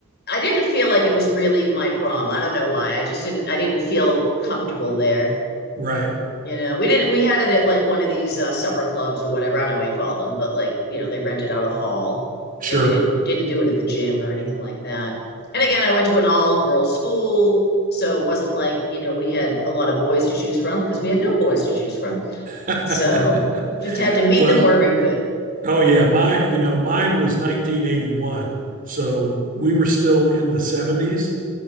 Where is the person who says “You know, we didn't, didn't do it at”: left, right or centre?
Left